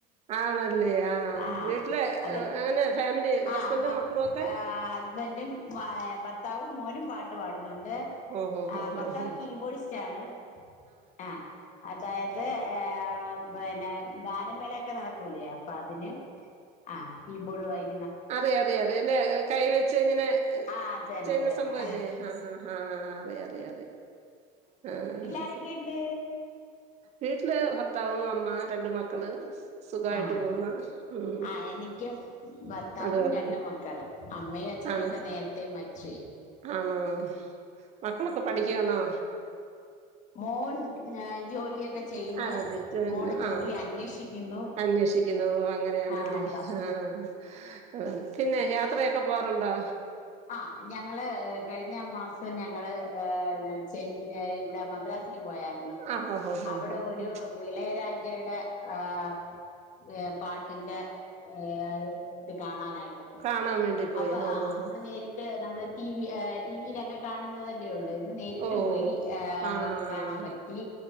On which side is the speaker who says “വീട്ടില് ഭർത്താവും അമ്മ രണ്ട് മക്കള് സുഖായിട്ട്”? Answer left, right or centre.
Right